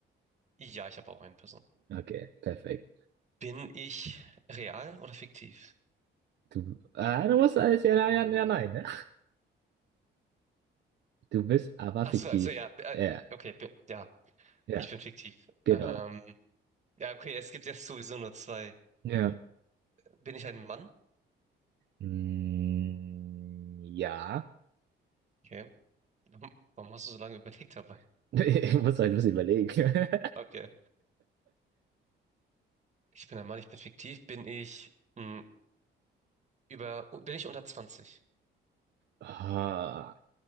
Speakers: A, on the right; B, on the right.
A: ja, ich habe auch eine Person.
B: Okay, perfekt.
A: Bin ich real oder fiktiv?
B: Du, ah, du musst alles ja, ja, ja, nein, ne? Du bist aber
A: Achso,
B: fiktiv.
A: also ja, äh,
B: Ja,
A: okay, bi- ja,
B: ja,
A: ich bin fiktiv.
B: genau.
A: Ähm, ja, okay, es gibt jetzt sowieso nur zwei.
B: Ja.
A: Bin ich ein Mann?
B: Mm, ja.
A: Okay. Warum warum hast du so lange überlegt dabei?
B: <laughs> Ich muss halt ein bisschen überlegen. <laughs>
A: Okay. Ich bin ein Mann, ich bin fiktiv. Bin ich mh, über, bin ich unter 20?
B: Ah,